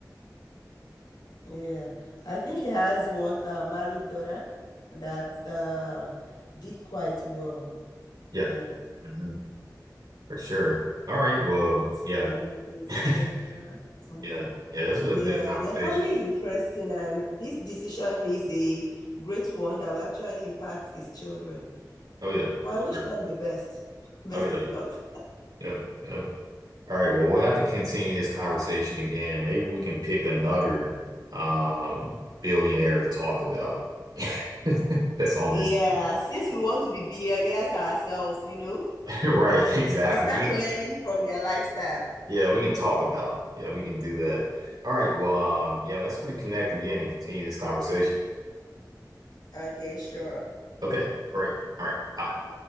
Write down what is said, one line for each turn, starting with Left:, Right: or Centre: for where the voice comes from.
Left: Yeah, I think he has one uh, married daughter that uh, did quite well.
Right: Yeah,
Left: Yeah.
Right: mhm, for sure. All right. Well,
Left: What's
Right: yeah.
Left: her name again? Is it
Right: <laughs>
Left: Jennifer or something?
Right: Yeah. Yeah. This was
Left: Yeah,
Right: a good conversation.
Left: their family is interesting, and this decision is a great one that will actually impact his children.
Right: Oh, yeah,
Left: But
Right: for
Left: I wish
Right: sure.
Left: them the best. <laughs> Best
Right: Oh, yeah.
Left: of luck.
Right: Yep, yep. All right. Well, we'll have to continue this conversation again, and maybe we can pick another um billionaire to talk about <laughs> that's on
Left: Yeah,
Right: this. <laughs>
Left: since we want to be billionaires ourselves, you know,
Right: Right, exactly.
Left: we start learning
Right: We
Left: from their lifestyle.
Right: yeah, we can talk about it. Yeah, we can do that. All right. Well, um, yeah, let's reconnect again and continue this conversation.
Left: Okay, sure.
Right: Okay, great. All right. Bye.